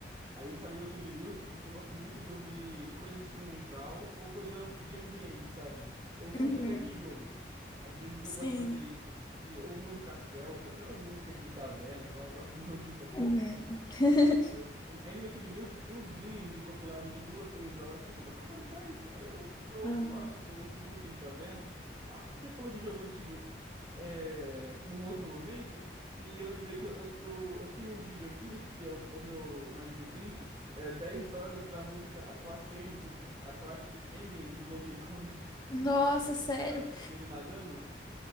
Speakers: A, on the right; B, on the left.
A: Aí eu instalei o YouTube Music porque eu gosto muito de ouvir coisa instrumental ou coisa am- de ambiente, sabe? Ou som
B: Uhum,
A: de track de jogo. Às vezes
B: Sim.
A: eu gosto de fazer isso. E, ou música celta, aquelas músicas de taverna lá, eu gosto de <laughs> ouvir também.
B: Uhum. <laughs>
A: Aí eu. Aí no YouTube Music tem uns vídeos de compilados de duas, três horas que eu fico tocando só isso. Aí eu, eu ouço
B: Ah,
A: lá, eu ouço música de taverna. Ah, você falou de jogo antigo é, num outro momento, e eu lembrei que eu, eu, eu eu tenho um vídeo aqui, que é o, o meu mais recente, é 10 horas da música Aquatic Ambient, do- Aquatic Ambient do Donkey Kong, <laughs>
B: Nossa, sério,
A: sabe? Dele nadando.